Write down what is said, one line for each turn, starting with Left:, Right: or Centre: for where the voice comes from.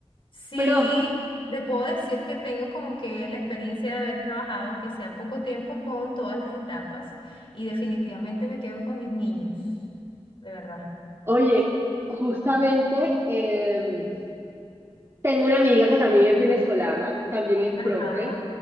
Left: Sí,
Right: Pero,
Left: te puedo decir que tengo como que la experiencia de haber trabajado, aunque sea poco tiempo, con todas las etapas y definitivamente me quedo con mis niños, de verdad.
Right: oye, justamente em, tengo una amiga que también es venezolana, también es profe.
Left: Ajá,